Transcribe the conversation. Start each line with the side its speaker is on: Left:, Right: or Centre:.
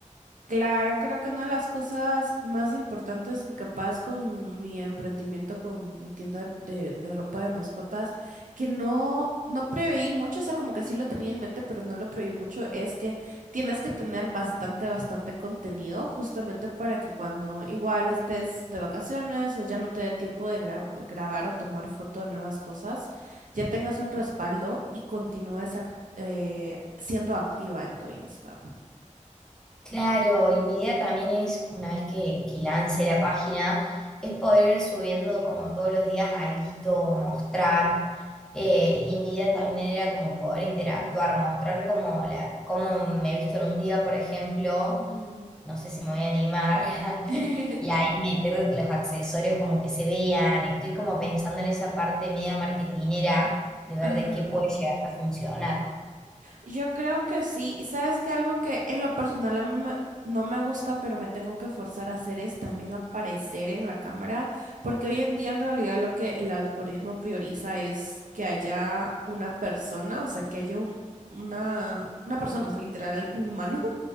Right: Claro, creo que una de las cosas más importantes que capaz con mi emprendimiento, con mi tienda de, de- de ropa de mascotas, que no, no preveí mucho, o sea, como que sí lo tenía en mente, pero no lo preveí mucho, es que tienes que tener bastante, bastante contenido, justamente para que cuando igual estés de vacaciones o ya no te dé tiempo de gra- grabar o tomar foto de nuevas cosas, ya tengas un respaldo y continúes ac- eh, siendo activa en tu Insta.
Centre: Claro,
Right: Ujú.
Centre: y mi idea también es, una vez que, que lance la página, es poder ir subiendo como todos los días alguito, mostrar. eh, y mi idea también era como poder interactuar, mostrar como la, cómo me he visto en un día, por ejemplo,
Right: Ujú.
Centre: no sé si me voy a animar, <laughs>
Right: <laughs>
Centre: y ahí meter los accesorios como que se vean. Estoy como pensando en esa parte media marketinera de ver
Right: Ah,
Centre: de qué puede llegar a funcionar.
Right: yo creo que sí. Y sabes que algo que en lo personal a mí me- no me gusta, pero me tengo que forzar a hacer es también aparecer en la cámara, porque hoy en día en realidad lo que el algoritmo prioriza es que haya una persona, o sea, que haya un- una, una persona, o sea, literal, un humano <laughs>